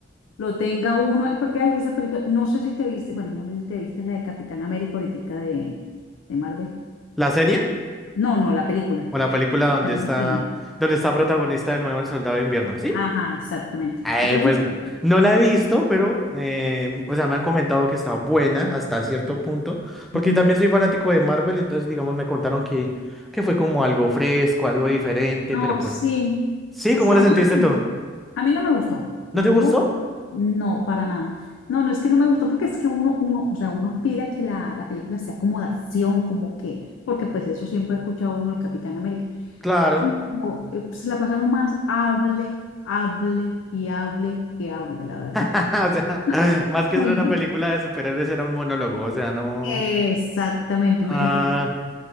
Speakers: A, on the left (about 85°); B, in the centre.
A: lo tenga uno, ay, porque hay esa película, no sé si te viste, bueno, no sé si te viste la de Capitán América ahorita de, de Marvel.
B: ¿La serie?
A: No, no, la película,
B: O la película donde
A: salió
B: está,
A: en cine.
B: donde está protagonista de nuevo el Soldado de Invierno, ¿sí?
A: Ajá, exactamente.
B: Eh,
A: ¿Sí te la
B: pues
A: viste?
B: no la he visto, pero, eh, o sea, me han comentado que está buena hasta cierto punto, porque
A: Mm.
B: también soy fanático de Marvel, entonces, digamos, me contaron que, que fue como algo fresco, algo diferente,
A: No,
B: pero pues,
A: sí.
B: sí,
A: Sí,
B: ¿cómo
A: a
B: la
A: mí
B: sentiste
A: no,
B: tú?
A: me gustó. a mí no me gustó.
B: ¿No
A: ¿Y
B: te
A: tú?
B: gustó?
A: No, para nada. No, no es que no me gustó porque es que uno, uno, o sea, uno aspira a que la, la película sea como de acción, como que, porque pues eso siempre ha escuchado uno el Capitán América.
B: Claro.
A: No, eh, se la pasaron más hable, hable y hable que hable, la verdad.
B: <laughs> O sea,
A: <laughs>
B: más que
A: Bueno,
B: ser una película de superhéroes, era un monólogo, o sea, no.
A: exactamente,
B: Ah,
A: imagínate,